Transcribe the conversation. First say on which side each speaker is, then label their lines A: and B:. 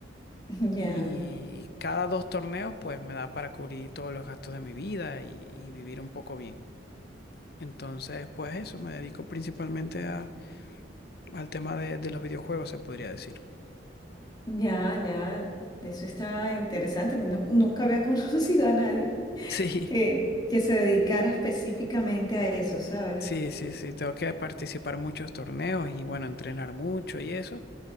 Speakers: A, on the left; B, on the left.
A: <laughs> Ya,
B: Y cada dos torneos pues me da para cubrir todos los gastos de mi vida y, y vivir un poco bien. Entonces pues eso, me dedico principalmente a- al tema de de los videojuegos, se podría decir.
A: ya, ya. Eso está interesante. No- nunca había <laughs> conocido a nadie
B: <laughs> Sí.
A: que, que se dedicara específicamente a eso, ¿sabes?
B: Sí, sí, sí, tengo que participar en muchos torneos y bueno, entrenar mucho y eso